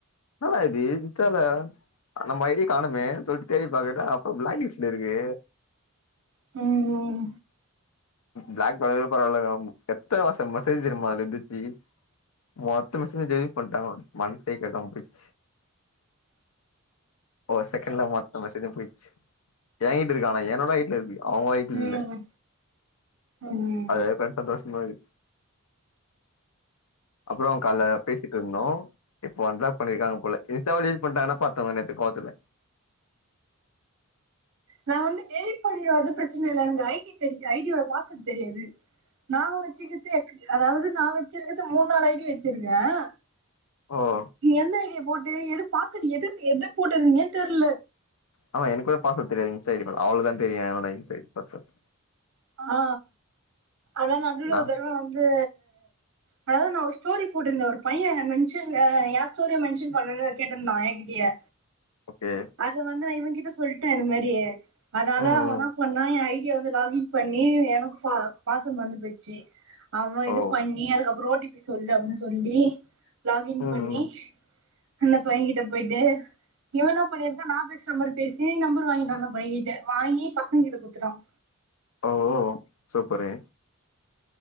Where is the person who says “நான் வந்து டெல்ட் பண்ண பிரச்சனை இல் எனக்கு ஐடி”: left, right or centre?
Right